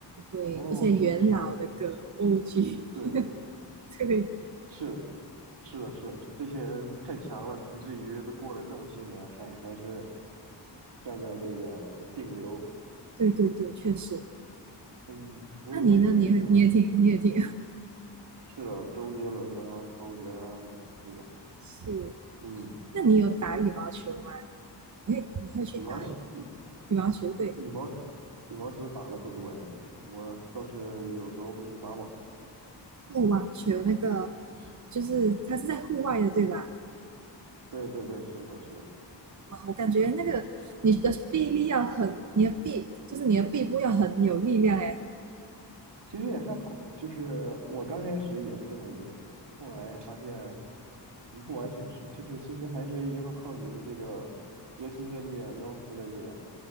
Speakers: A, on the right (about 40°); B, on the right (about 70°).
A: 对一些元老的歌，OG，
B: 哦，是的，是的，对，
A: <laughs> 对。
B: 是是的，是的，这些人太强了，以至于都过了这么些年，还还是站在这个顶流。
A: 对对对，确实。
B: 嗯，我也我也特别喜欢，
A: 那你呢？你你也挺你也挺
B: 是的，周杰伦呐，陶喆啊等等这种。
A: <laughs> 是。
B: 嗯，
A: 那你有打羽毛球吗？你会你会去打羽
B: 羽毛球羽
A: 毛球？对，
B: 羽毛羽毛球打的不多呀，我倒是有时候会去打网球。
A: 哦，网球那个就是它是在户外的，对吧？
B: 对对对，是的，是的，
A: 哇，我感觉那个你的臂力要很，你的臂就是你的臂部要很有力量哎。
B: 其实也还好，就是我刚开始也是这么以为的，后来发现，嗯，不完全是，就是其实还是要靠你的这个核心的力量、腰部的力量，